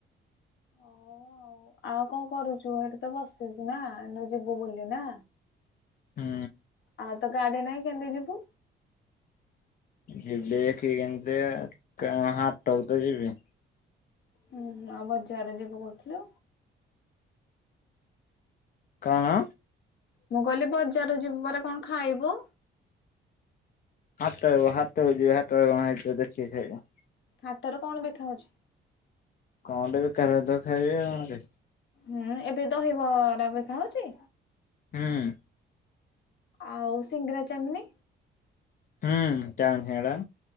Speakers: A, on the left; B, on the left.
A: ହଉ ଆଉ ଆଉ କଣ କରୁଛୁ ଏଠି ତ ବସିଛୁ ନା ଏଇନୁ ଯିବୁ ବୋଲି ନା।
B: ହୁଁ।
A: ଆଉ ତ ଗାଡ଼ି ନାଇଁ କେମିତି ଯିବୁ?
B: ଯିବି ଦେଖିକି କେମିତି କା ହାଟକୁ ତ ଯିବି।
A: ହୁଁ, ଆଉ ବଜାରରେ ଯିବୁ କହୁଥିଲୁ।
B: କଣ?
A: ମୁଁ କହିଲି ବଜାର ଯିବୁ ପରା କଣ ଖାଇବୁ?
B: ହାଟ <unintelligible> କଣ ହେଇଥିବ ଦେଖିକି ଖାଇବି।
A: ହାଟରେ କଣ ବିକା ହଉଛି?
B: କଣ ଟେ ବିକା ଯାଉଥିବ ଖାଇବି ଆଉ କଣରେ।
A: ହୁଁ, ଏବେ ଦହିବରା ବିକା ହଉଛି?
B: ହୁଁ।
A: ଆଉ ସିଙ୍ଗଡ଼ା, ଚାଉମିନ୍?
B: ହୁଁ ଚାଛଡା